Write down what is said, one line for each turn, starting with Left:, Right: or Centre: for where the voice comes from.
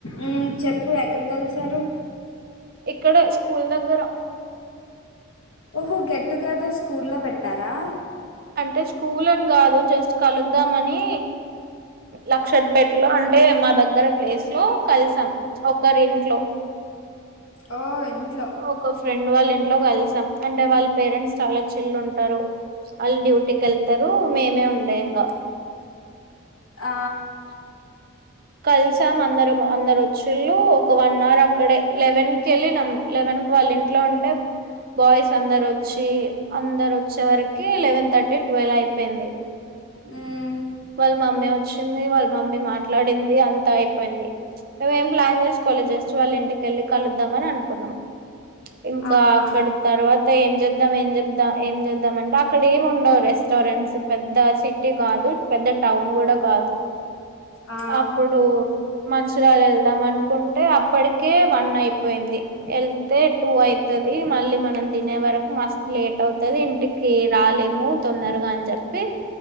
Left: ఉమ్ చెప్పు ఎక్కడ కల్సారు
Right: ఇక్కడే స్కూల్ దగ్గర
Left: ఓహో గెట్టుగెదర్ స్కూల్లో పెట్టారా
Right: అంటే స్కూల్ అని కాదు జస్ట్ కలుద్దామనీ లక్షత్పేటలో అంటే మా దగ్గర ప్లేస్లో కల్సాం ఒకరింట్లో
Left: ఓ ఇంట్లో
Right: ఒక ఫ్రెండ్ వాళ్ళ ఇంట్లో కల్సాం అంటే వాళ్ళ పేరెంట్స్ చాలా చిల్లుంటారు వాళ్ళు డ్యూటీ కేళ్తారు మేమే ఉండే ఇంగ
Left: ఆ
Right: కలిసాం అందరం అందరు ఒచ్చిళ్ళు ఒక వన్ అవర్ అక్కడే లెవెన్ కెళ్ళినాం లెవెన్కు వాళ్ళింట్లో ఉంటే బాయ్స్ అందరు ఒచ్చి అందరు ఒచ్చే వరకి లెవెన్ థర్టీ ట్వెలైపోయింది
Left: ఉమ్
Right: వాళ్ళ మమ్మీ ఒచ్చింది వాళ్ళ మమ్మీ మాట్లాడింది అంతా అయిపోయింది మేమేం ప్లాన్ జెస్కోలే జస్ట్ వాళ్ళ ఇంటికెళ్ళి కలుద్దామని అనుకున్నాం ఇంకా
Left: ఆహా
Right: అక్కడ తర్వాత తేంచేద్దాం ఏం చెప్దాం ఏం చేద్దాం అంటే అక్కడే ఉండవు రెస్టారెంట్స్ పెద్ద సిటీ కాదు పెద్ద టౌన్ కూడా కాదు
Left: ఆ
Right: అప్పుడూ మంచురాల వెళ్దాం అనుకుంటే అప్పటికే వన్ అయిపోయింది వెళ్తే టూ అయితది మళ్ళీ మనం తినే వరకు మస్తు లేట్ అవుతది ఇంటి కి రాలేము తొందరగా అని చెప్పి